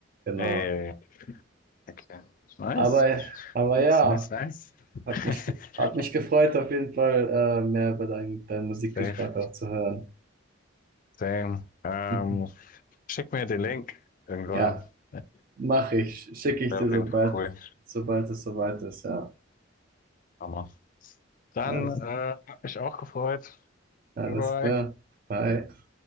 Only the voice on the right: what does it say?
genau.
Aber, aber
ja,
hat
mich, ge- hat mich gefreut, auf jeden Fall äh, mehr über deinen deinen Musikgeschmack
auch zu hören.
<laughs>
Ja,
mache ich. Schicke ich
dir,
sobald,
sobald es soweit ist. Ja,
alles,
alles
klar. Bye.